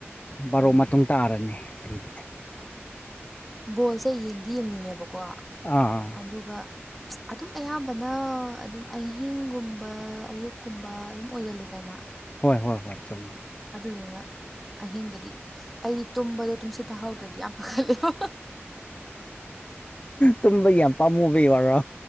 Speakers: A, on the left (about 30°); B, in the centre.
A: ꯕꯥꯔꯣ
B: ꯎꯝ
A: ꯃꯇꯨꯡ ꯇꯥꯔꯅꯤ ꯑꯗꯨꯇ
B: ꯕꯣꯜꯁꯦ ꯌꯦꯡꯗꯤ ꯌꯦꯡꯅꯤꯡꯉꯦꯕꯀꯣ
A: ꯑꯥ
B: ꯑꯗꯨꯒ ꯑꯗꯨꯝ ꯑꯌꯥꯝꯕꯅ ꯑꯗꯨꯝ ꯑꯍꯤꯡꯒꯨꯝꯕ ꯑꯌꯨꯛꯀꯨꯝꯕ ꯑꯗꯨꯝ ꯑꯣꯏꯒꯜꯂꯤꯗꯅ
A: ꯍꯣꯏ ꯍꯣꯏ ꯍꯣꯏ ꯆꯨꯝꯃꯦ
B: ꯑꯗꯨꯗꯨꯅ ꯑꯍꯤꯡꯗꯗꯤ ꯑꯩ ꯇꯨꯝꯕꯗꯣ ꯇꯨꯝꯁꯤꯠꯄ ꯍꯧꯥꯎꯗ꯭ꯔꯗꯤ ꯌꯥꯝ ꯐꯥꯒꯠꯂꯦꯕ
A: ꯇꯨꯝꯝꯕ ꯌꯥꯄꯥ ꯃꯨꯕ ꯋꯥꯔꯣ